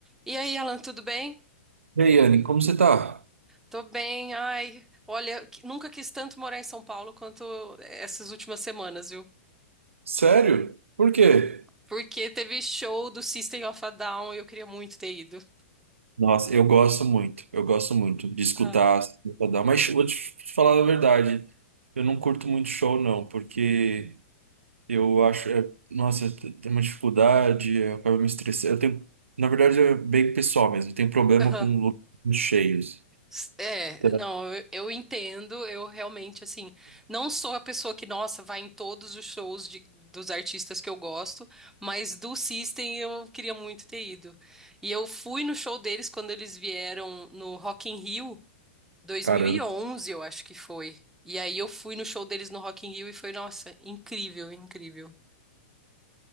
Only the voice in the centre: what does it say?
E aí, Alan, tudo bem?
Tô bem. Ai, olha, que- nunca quis tanto morar em São Paulo quanto essas últimas semanas, viu?
Porque teve show do System of a Down e eu queria muito ter ido.
Ah.
Aham.
S- É,
não, eu, eu entendo, eu realmente, assim, não sou a pessoa que, nossa, vai em todos os shows de- dos artistas que eu gosto, mas do System eu queria muito ter ido. E eu fui no show deles quando eles vieram no Rock in Rio, 2011,
eu acho que foi. E aí eu fui no show deles no Rock in Rio e foi, nossa, incrível, incrível.